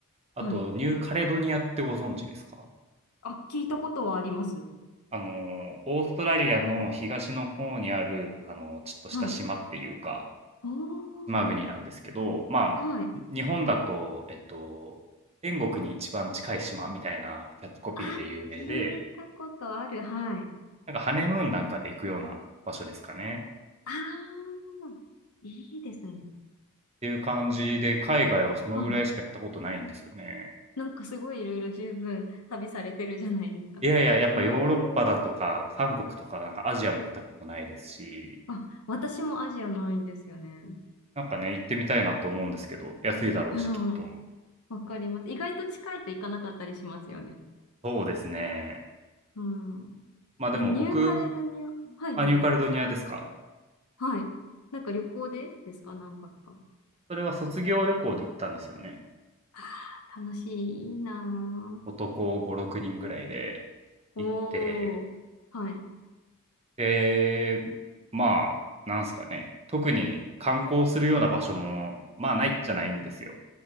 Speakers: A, on the right; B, on the left.
A: あと、
B: はい。
A: ニューカレドニアってご存知ですか
B: あ、聞いたことはあります。
A: あの、オーストラリアの東の方にある、あの、ちょっとした島っていうか、
B: はい。お
A: 島国なんですけど、
B: ー、
A: まあ、
B: はい。
A: 日本だと、えっと、天国に一番近い島みたいなキャッチコピーで有名で、
B: あ、聞いたことある。はい。
A: なんかハネムーンなんかで行くような場所ですかね。
B: あー、いいですね。
A: っていう感じで、海外はそのぐらいしか行ったことないんですよね。
B: はい。なんかすごいいろいろ十分旅されてるじゃないですか。
A: いやいや、やっぱヨーロッパだとか、
B: ええ
A: 韓国とか、なんかアジアも行ったことないですし、
B: あ、私もアジアないんですよね。
A: なんかね、行ってみたいなと思うんですけど、安いだろうし、
B: うん。
A: きっと。
B: わかります。意外と近いと行かなかったりしますよね。
A: そうですね。
B: うん。
A: まあでも僕、
B: え、ニューカレドニア。はいはい。
A: あ、ニューカレドニアですか
B: はい。なんか旅行でですか何泊か。
A: それは卒業旅行で行ったんですよね。
B: ああ、楽しい。いいな
A: 男5、6人ぐらいで
B: ー。
A: 行って、
B: おー。はい。
A: で、まあ、なんすかね。特に観光するような場所も、まあないっちゃないんですよ。